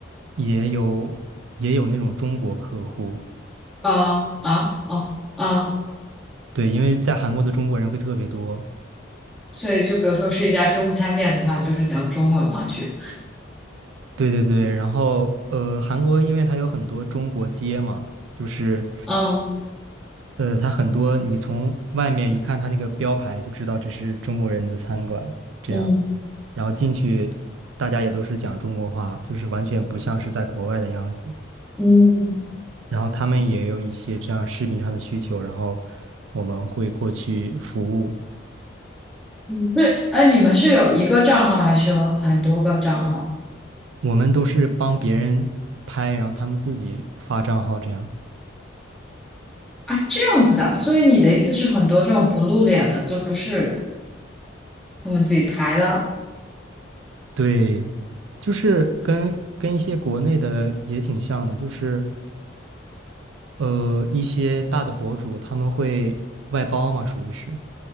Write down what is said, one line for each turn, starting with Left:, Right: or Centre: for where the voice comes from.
Right: 也有也有那种中国客户，
Centre: 啊啊哦啊，
Right: 对，因为在韩国的中国人会特别多，
Centre: 所以就比如说是一家中餐店的话，就是讲中文嘛去。
Right: 对对对，然后呃，韩国因为它有很多中国街嘛，就是
Centre: 嗯
Right: 呃，它很多你从外面一看它那个标牌就知道这是中国人的餐馆，这样，
Centre: 嗯
Right: 然后进去大家也都是讲中国话，就是完全不像是在国外的样子。
Centre: 嗯
Right: 然后他们也有一些这样视频上的需求，然后我们会过去服务。
Centre: 嗯，对，哎，你们是有一个账号还是有很多个账号
Right: 我们都是帮别人拍，然后他们自己发账号这样。
Centre: 啊？这样子的啊，所以你的意思是很多这种不露脸的，就不是他们自己排的
Right: 对，就是跟跟一些国内的也挺像的，就是呃一些大的博主他们会外包嘛，属于是。